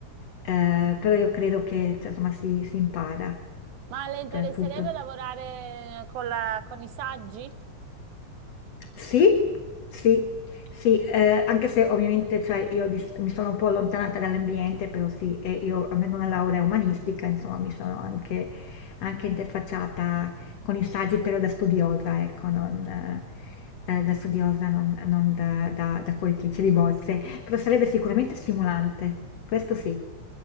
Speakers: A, on the left (about 60°); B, on the right (about 75°).
A: ehm, però io credo che, cioè, insomma si si impara,
B: Ma le interesserebbe
A: cioè tutto.
B: lavorare con la- con i saggi?
A: Sì, sì, sì, ehm, anche se ovviamente, cioè io di s mi sono un po' allontanata dall'ambiente, però sì, e io avendo una laurea umanistica, insomma, mi sono anche anche interfacciata con i saggi, però da studiosa, ecco, non ehm, da studiosa, non non da da da coltrice di bozze, però sarebbe sicuramente stimolante, questo sì.